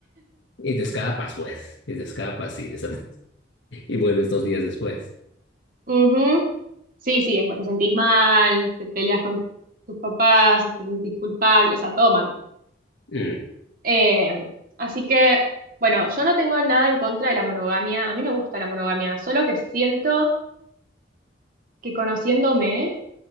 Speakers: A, on the left; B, on the right.
A: Y te escapas, pues, y te escapas y, desap- <laughs> y vuelves dos días después.
B: Ujú. Sí, sí, después te sentís mal, te peleas con tus papás, te sentís culpable, o sea, todo mal.
A: Mm.
B: Eh, así que, bueno, yo no tengo nada en contra de la monogamia, a mí me gusta la monogamia, solo que siento que conociéndome